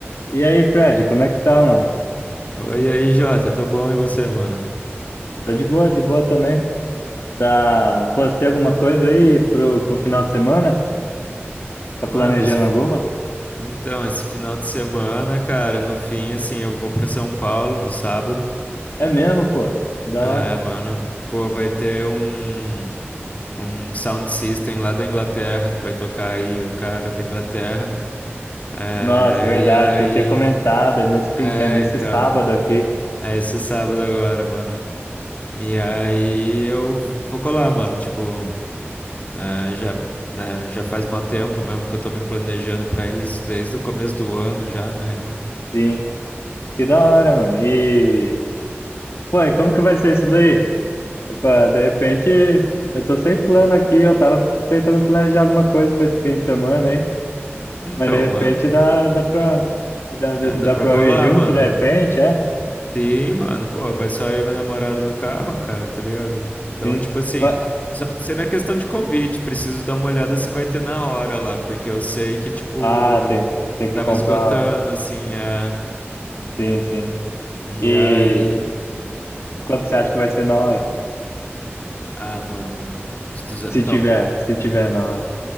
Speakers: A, on the left; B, on the left.
A: E aí, Fred, como é que tá, mano?
B: Oi, e aí, Jota, tô bom e você, mano?
A: Tá de boa, de boa também. Tá, pô, você tem alguma coisa aí pro, pro final de semana? Tá
B: Mano,
A: planejando
B: esse fi-
A: alguma?
B: então, esse final de semana, cara, no fim, assim, eu vou pra São Paulo no sábado.
A: É mesmo, pô. Da
B: É,
A: hora.
B: mano, pô, vai ter um, um sound system lá da Inglaterra que vai tocar aí o cara da Inglaterra. É,
A: Nossa, verdade,
B: e aí.
A: você tinha comentado, é nesse
B: É,
A: fim, é nesse
B: então,
A: sábado aqui.
B: é esse sábado agora, mano. E aí eu vou colar, mano, tipo. né, já, né, já faz mó tempo mesmo que eu tô me planejando pra isso, desde o começo do ano já, na real.
A: Sim. Que da hora, mano. E, pô, e como que vai ser isso daí? Opa, de repente, eu tô sem plano aqui, eu tava tentando planejar alguma coisa pra esse fim de semana aí,
B: Então,
A: mas de repente
B: mano,
A: dá, dá pra, dá,
B: é, dá
A: dá
B: pra
A: pra
B: colar,
A: ir junto,
B: mano.
A: de repente, é?
B: Sim, mano, pô, vai só eu e minha namorada no carro, cara, tá ligado? Então,
A: Sim.
B: tipo assim,
A: Mas-
B: só não sei na questão de convite, preciso dar uma olhada se vai ter na hora lá, porque eu sei que, tipo,
A: Ah, tem, tem que
B: tava
A: comprar.
B: esgotando, assim, a...
A: Sim, sim.
B: e
A: E
B: aí...
A: quanto você acha que vai ser na hora?
B: Ah, mano, uns duzentão.
A: Se tiver, se tiver na hora.